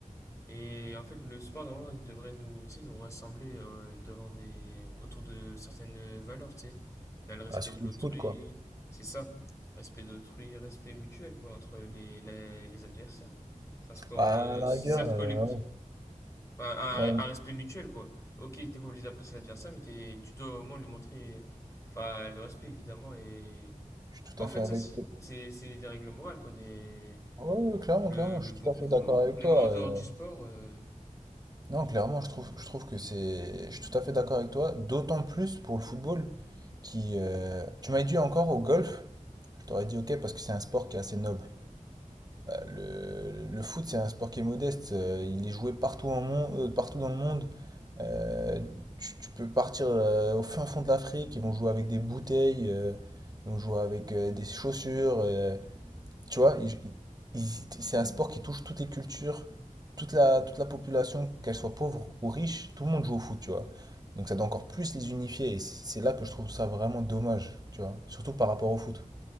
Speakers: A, on the left; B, on the right.
A: Et en fait, le sport, normalement, devrait nous, tu sais, nous rassembler euh, devant des... autour de certaines valeurs, tu sais. Dans le respect
B: Bah, surtout
A: de l'autrui,
B: le foot, quoi.
A: c'est ça. Respect d'autrui, respect mutuel, quoi, entre les, les, les adversaires. C'est un sport,
B: Bah,
A: euh,
B: à la
A: certes,
B: rigueur, euh,
A: collectif.
B: ouais,
A: enfin,
B: ouais,
A: un, un respect mutuel, quoi. Ok, t'es pas obligé d'apprécier l'adversaire, mais t'es- tu dois au moins lui montrer enfin, le respect, évidemment. Et...
B: je suis tout
A: Enfin,
B: à
A: en fait,
B: fait avec
A: ça, c'est-
B: toi.
A: c'est c'est des règles morales, quoi. Des...
B: Ouais, ouais, ouais, clairement,
A: Le,
B: clairement,
A: le
B: je suis
A: bon
B: tout
A: comportement.
B: à fait d'accord avec
A: Même
B: toi.
A: en dehors
B: euh.
A: du sport, euh,
B: Non, clairement, je trouve, je trouve que c'est. Je suis tout à fait d'accord avec toi, d'autant plus pour le football qui. euh, Tu m'as dit encore au golf, je t'aurais dit ok parce que c'est un sport qui est assez noble. le, le foot, c'est un sport qui est modeste. euh, Il est joué partout, en mon- euh, partout dans le monde. Euh, tu, tu peux partir euh, au fin fond de l'Afrique. Ils vont jouer avec des bouteilles. euh, ils vont jouer avec euh, des chaussures. euh. tu vois, ils- ils- c'est un sport qui touche toutes les cultures, toute la, toute la population, qu'elle soit pauvre ou riche. Tout le monde joue au foot, tu vois. Donc ça doit encore plus les unifier. Et c'est c'est là que je trouve ça vraiment dommage, tu vois. Surtout par rapport au foot.